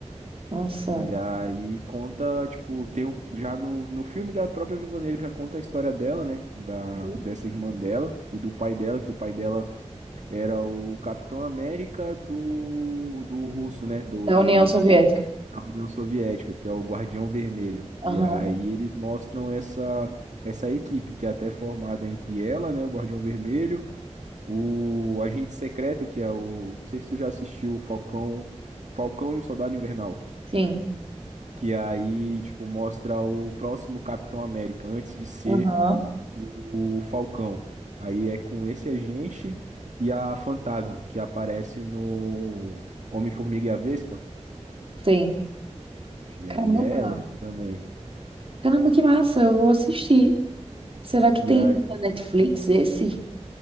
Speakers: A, on the right; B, on the right.
A: Nossa.
B: E aí conta, tipo, tem, o- já no, no filme da própria Viúva Negra já conta a história dela, né? Da,
A: Uhum.
B: dessa irmã dela e do pai dela, que o pai dela era o Capitão América do, do russo, né? Do,
A: Da
B: do,
A: União Soviética.
B: da União Soviética, que é o Guardião Vermelho.
A: Aham.
B: E aí eles mostram essa, essa equipe, que é até formada entre ela, né? O Guardião Vermelho, o Agente Secreto, que é o. Não sei se tu já assistiu o Falcão, Falcão e o Soldado Invernal.
A: Sim.
B: Que aí, tipo, mostra o próximo Capitão América, antes de ser
A: Aham.
B: o Falcão. Aí é com esse agente e a Fantasma, que aparece no Homem-Formiga e a Vespa.
A: Sim.
B: E
A: Caramba.
B: aí é ela também.
A: Caramba, que massa. Eu vou assistir. Será que
B: E
A: tem
B: aí,
A: na Netflix esse?